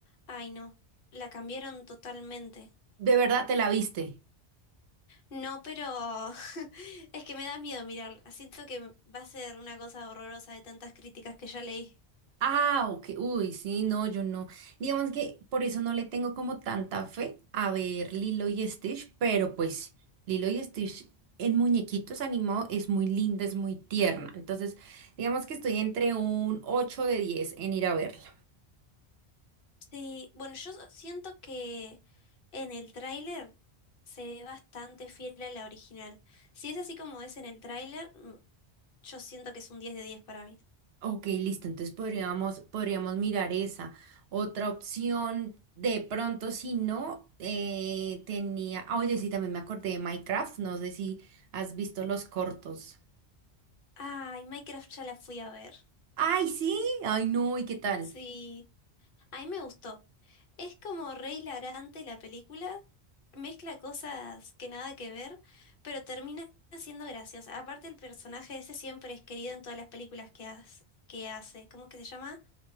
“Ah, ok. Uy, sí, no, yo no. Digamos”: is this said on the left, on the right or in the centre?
Right